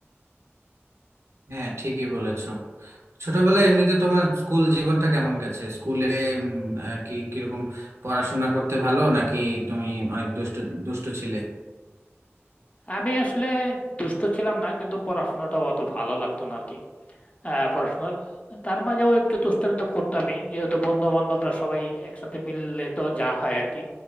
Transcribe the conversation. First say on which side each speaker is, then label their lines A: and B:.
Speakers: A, on the right (about 80°); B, on the left (about 30°).
A: হ্যাঁ ঠিকই বলেছো ছোটবেলায় এমনিতে তোমার স্কুল জীবনটা কেমন গেছে স্কুলে উম, আহ, কি কিরকম পড়াশোনা করতে ভালো নাকি তুমি অনেক দুষ্ট দুষ্ট ছিলে
B: আমি আসলে দুষ্ট ছিলাম না কিন্তু পড়াশোনাটাও অত ভালো লাগতো না আহ পড়াশোনা তার মাঝেও একটু দুষ্টামি তো করতামই যেহেতু বন্ধু বান্ধবরা সবাই একসাথে মিললে তো যা হয় আর কি